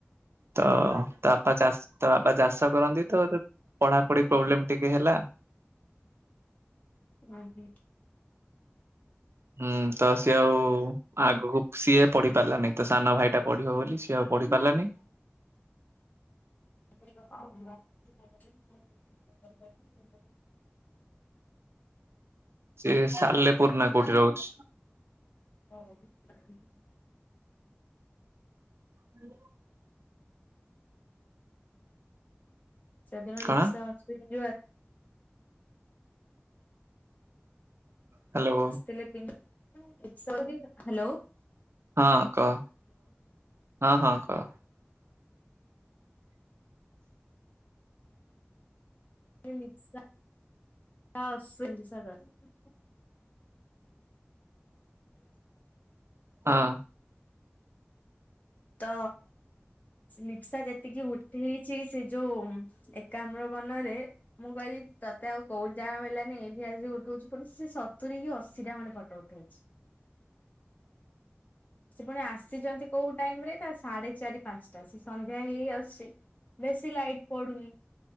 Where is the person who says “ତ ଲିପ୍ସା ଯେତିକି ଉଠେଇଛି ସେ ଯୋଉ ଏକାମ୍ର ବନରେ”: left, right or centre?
Left